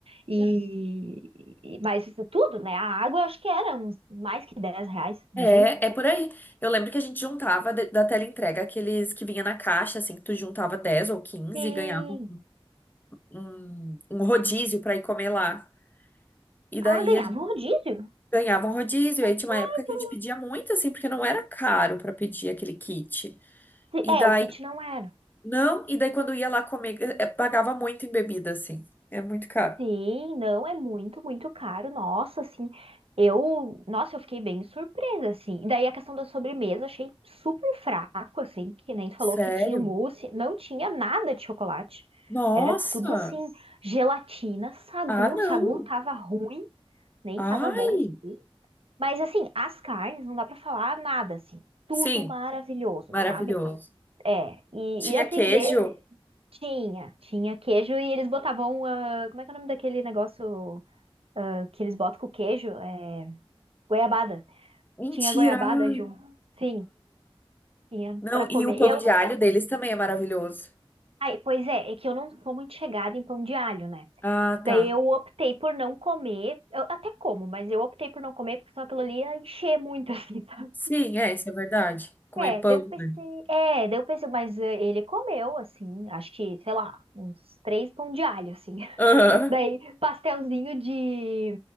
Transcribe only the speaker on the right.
E, e mas isso tudo, né? A água eu acho que era uns mais que dez reais, imagina.
E
ah, ganhava
um rodízio.
Ai,
que
legal.
É, o kit não era.
Sim, não é muito, muito caro. Nossa, assim, eu, nossa, eu fiquei bem surpresa, assim. E daí a questão da sobremesa, achei super fraco, assim, que nem tu
falou que tinha o mousse, não tinha nada de chocolate.
Era tudo assim, gelatina, sagu,
sagu tava ruim, nem
tava bom. Mas assim, as carnes não dá pra falar nada assim. Tudo
maravilhoso,
sabe? É, e,
e atenderam.
Tinha, tinha queijo e eles botavam, ah, como é que é o nome daquele negócio? ah, que eles botam com queijo, é goiabada.
Tinha goiabada,
Ju? Sim, tinha
pra comer.
Eu
não
sei.
Ai, pois é, é que eu não sou muito chegada em pão de alho, né?
Daí eu optei por não comer. Eu até como, mas eu optei por não comer, porque senão aquilo ali ia encher muito, <laughs> assim, sabe?
É,
daí eu pensei.
É, daí eu pensei, mas eh, ele comeu, assim, acho que, sei lá, uns três pão de alho, assim. <laughs>
Daí pastelzinho de,